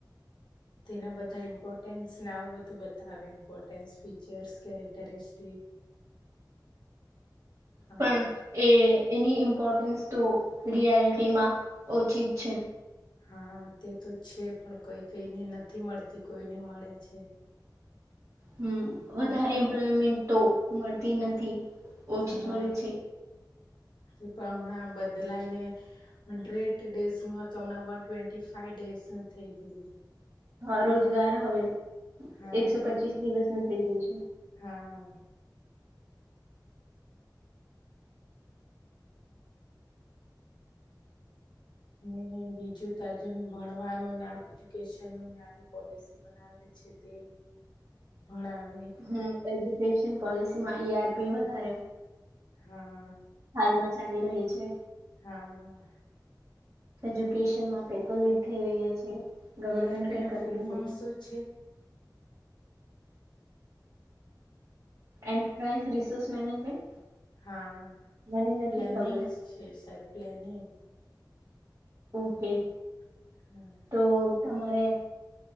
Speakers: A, on the left (about 85°); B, on the right (about 50°).
A: તેના બધા ઇમ્પોર્ટન્સ નાવ બધું બતાવે ઇમ્પોર્ટન્સ ફીચર્સ કેરેક્ટરિસ્ટિક. આવું
B: પણ એ એની ઇમ્પોર્ટન્સ તો રિયાલિટીમાં ઓછી છે
A: હા તે તો છે પણ કઈ કઈને નથી મળતી કોઈને મળે છે
B: હમ વધારે એમ્પ્લોયમેન્ટ તો મળતી નથી ઓછી
A: હા
B: જ મળે છે
A: તે પણ હમણાં બદલાઈને હંડ્રેડ ડેઝ નું તો હમણાં વન ટ્વેન્ટી ફાઈવ ડેઝ નું થઈ ગયલું
B: હા રોજગાર હવે
A: હા
B: એકસો પચીસ દિવસ ન થઈ ગયું છે
A: હા ને બીજું તજુ ભણવાનું એજ્યુકેશન ન આવી પોલિસી બનાવેલી છે તે ભણાવ
B: હમ ક ન પોલિસી માં ઈ આરપી વધારે
A: હા
B: હાલમાં ચાલી રહી છે
A: હા
B: એજ્યુકેશન માં પેપર લીક થઈ રહ્યા છે ગવર્મેન્ટ
A: ઈઆરપી
B: કઈ
A: ન
B: કરતું
A: ફૂલ ફોર્મ
B: નથી
A: શું છે
B: એન્ટરપ્રાઈઝ રિસોર્સ મેનેજમેન્ટ
A: હા
B: મને નથી
A: પ્લાનિંગ્સ
B: ખબર
A: છે સા પ્લેનિંગ
B: ઓકે
A: હમ
B: તો તમારે